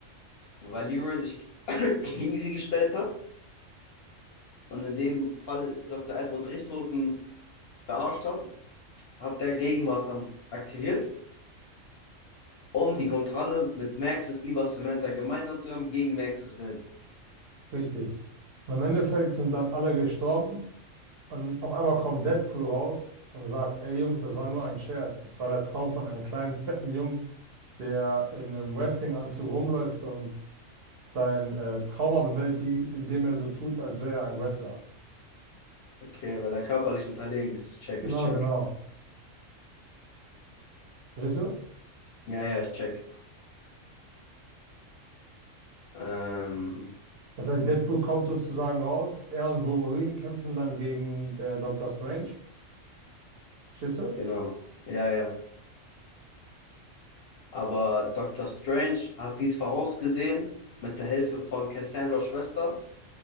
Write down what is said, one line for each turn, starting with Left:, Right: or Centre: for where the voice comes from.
Left: weil Leroy sich <coughs> <clears throat> gegen sie gestellt hat und in dem Fall Dr. Edward Richthofen verarscht hat, hat der Gegenmaßnahmen aktiviert, um die Kontrolle mit Maxis über Samantha gemeinsam zu haben, gegen Maxis Willen.
Right: Richtig. Und im Endeffekt sind dann alle gestorben und auf einmal kommt Deadpool raus und sagt, ey Jungs, das war nur ein Scherz. Das war der Traum von einem kleinen, fetten Jungen, der in einem Wrestling-Anzug rumläuft und sein äh, Trauma bewältigt, indem er so tut, als wäre er ein Wrestler.
Left: Okay, weil er körperlich unterlegen ist. Ich check,
Right: Genau,
Left: ich check.
Right: genau. Verstehst du?
Left: Ja, ja, ich check. Ähm,
Right: Das heißt, Deadpool kommt sozusagen raus, er und Wolverine kämpfen dann gegen äh, Doctor Strange. Verstehst du?
Left: Genau. Ja, ja. Aber Dr. Strange hat dies vorausgesehen mit der Hilfe von Cassandras Schwester,